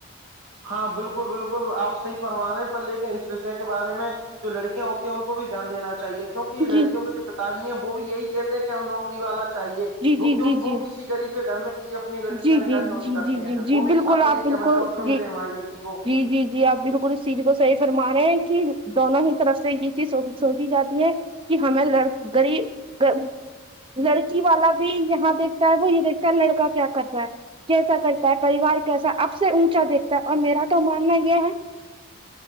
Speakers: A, on the right; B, on the right.
A: ہاں بالکل بالکل آپ صحیح فرما رہے پر لے کے اس وشے کے بارے میں جو لڑکیاں ہوتی ہیں ان کو بھی دھیان دینا چاہے کیونکہ
B: جی
A: لڑکوں کے جو پتاجی ہیں وہ بھی یہی کہتے ہیں کہ ہم نوکری والا چاہیے
B: جی جی
A: وہ کیوں
B: جی
A: وہ
B: جی
A: کسی غریب کے گھر میں کسی اپنی لڑکی
B: جی
A: کا نکاح
B: جی
A: کیوں نہیں
B: جی
A: کرتے
B: جی
A: ہیں
B: جی
A: پھر
B: جی
A: وہ بھی
B: بالکل
A: چاہتے
B: آپ
A: ہیں کہ
B: بالکل
A: ہم ڈاکٹر
B: جی
A: ملے ہماری لڑکی کو
B: جی جی جی آپ بالکل اس چیز کو صحیح فرما رہے ہیں کہ دونوں ہی طرف سے یہ چیز سوچی جاتی ہے کہ ہمیں لڑ غریب لڑکی والا بھی یہاں دیک وہ یہ دیکتا ہے لڑکا کیا کرتا ہے کیسا کرتا ہے پریوار کیسا اب سے اونچا دیکھتا ہے اور میرا تو ماننا یہ ہے